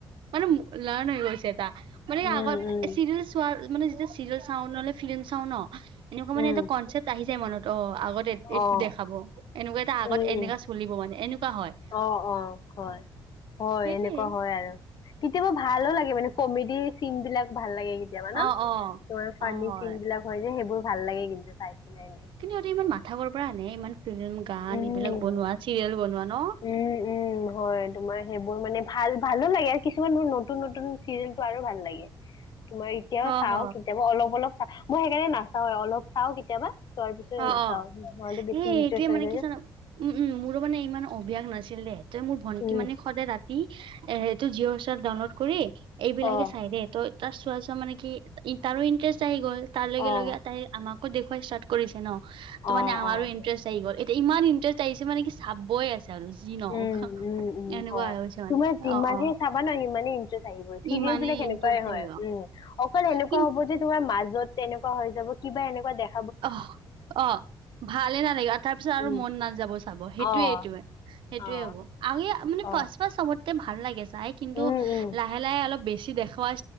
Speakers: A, on the right (about 75°); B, on the left (about 55°).
A: মানে লাৰ্ণ হৈ গৈছে এটা মানে
B: উম,
A: আগত
B: উম,
A: চিৰিয়েল চোৱাৰ। মানে যেতিয়া চিৰিয়েল চাও নহলে ফিল্ম চাওঁ ন এনেকুৱা মানে
B: উম,
A: এটা কনচেপ্ট আহি যায় মনত অ আগতে এইটো
B: অ',
A: দেখাব এনেকুৱা এটা আগত
B: উম,
A: এনেককা
B: উম।
A: চলিব মানে এনেকুৱা হয়।
B: অ অ হয় হয়
A: সেইটোয়ে
B: এনেকুৱা হয় আৰু কেতিয়াবা ভালো লাগে মানে কমেডি চিন বিলাক ভাল লাগে? কেতিয়াবা ন মান
A: অ
B: ন
A: অ
B: তোমাৰ ফানিচিন
A: অ হয়
B: বিলাক হয় যে সেইবোৰ ভাল লাগে কিন্তু চাই কিনে এনে
A: কিন্তু ইহঁতে ইমান মাথা পৰা আনে ইমান ফিল্ম গান
B: উম।
A: এইবিলাক বনোৱা চিৰিয়েল বনোৱা ন।
B: উম উম হয় তোমাৰ সেইবোৰ মানে ভাল ভালো লাগে আৰু কিছুমান নতুন-নতুন। চিৰিয়েলটো আৰু ভাল লাগে তোমাৰ এতিয়াও
A: অ
B: চাও
A: হ
B: কেতিয়াবা অলপ অলপ মই সেইকাৰণে নাচাও অলপ চাওঁ কেতিয়াবা? চোৱাৰ পিছয়
A: অ
B: নাচাও
A: অ
B: নহ'লে বেছি
A: এই
B: ইণ্টাৰেষ্ট
A: এইটোৱে মানে
B: হৈ যায়
A: কি
B: যে।
A: জান উম উম মোৰো মানে ইমান অভ্যাস নাছিল দেই তই মোৰ ভন্টি
B: উম,
A: মানে সদায় ৰাতি এ এইটো জিঅ' চ ডাউনলোড কৰি এইবিলাকে
B: অ',
A: চাই দে ত- তাৰ চোৱা চোৱা মানে কি তাৰো ইণ্টাৰেষ্ট আহি গ'ল তাৰ লগে
B: অ',
A: লগে তাই আমাকো দেখুৱাই ষ্টাৰ্ট। কৰিছে ন ত
B: অ',
A: মানে আমাৰো
B: অ'।
A: ইণ্টাৰেষ্ট আহি গ'ল এতিয়া ইমান ইন্টাৰেষ্ট আহিছে মানে কি চাবই আছে? আৰু যি নহওক
B: উম, উম, উম,
A: এনেকুৱা
B: হয়।
A: হৈছে মানে
B: তোমাৰ যিমানে
A: অ', অ',
B: চাবা নহয় ইমানেই ইন্টাৰেষ্ট আহি গ'ল চিৰিয়েল
A: ই মানে
B: বিলাক এনেকুৱাই
A: ইণ্টাৰেষ্ট
B: হয়
A: আহিব
B: উম অকল এনেকুৱা
A: কিন
B: হ'ব যে। তোমাৰ মাজত তেনেকুৱা হৈ যাব কিবা এনেকুৱা দেখা?
A: অ', অ', ভালেই নালাগে তাৰপিছত আৰু
B: উম,
A: মন নাযাব চাব সেইটোয়ে
B: অ',
A: এইটোৱে- সেইটোয়ে
B: অ',
A: হ'ব আহি মানে
B: অ',
A: ফাষ্ট ফাষ্ট চবতকে ভাল লাগে চাই কিন্তু
B: উম, উম।
A: লাহে লাহে লাহে অলপ বেছি দেখুৱা